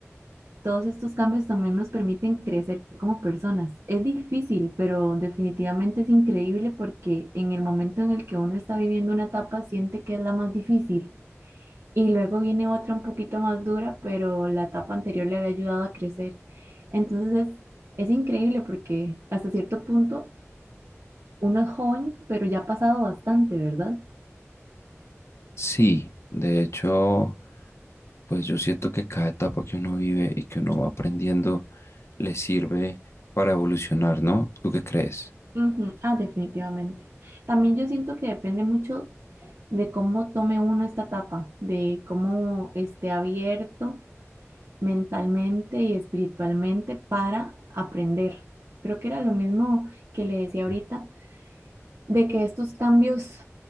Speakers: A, on the right (about 65°); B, on the left (about 60°).
A: todos estos cambios también nos permiten crecer como personas. Es difícil, pero definitivamente es increíble porque en el momento en el que uno está viviendo una etapa siente que es la más difícil y luego viene otra un poquito más dura, pero la etapa anterior le había ayudado a crecer. Entonces es, es increíble porque hasta cierto punto uno es joven, pero ya ha pasado bastante, ¿verdad?
B: Sí, de hecho, pues yo siento que cada etapa que uno vive y que uno va aprendiendo le sirve para evolucionar, ¿no? ¿Tú qué crees?
A: Ujú, Ah, definitivamente. También yo siento que depende mucho de cómo tome uno esta etapa, de cómo esté abierto mentalmente y espiritualmente para aprender. Creo que era lo mismo que le decía ahorita, de que estos cambios